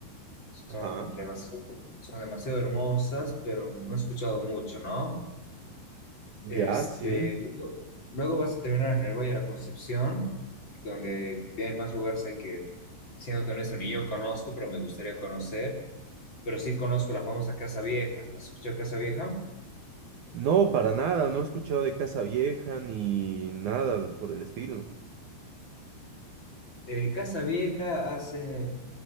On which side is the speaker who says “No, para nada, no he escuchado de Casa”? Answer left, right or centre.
Right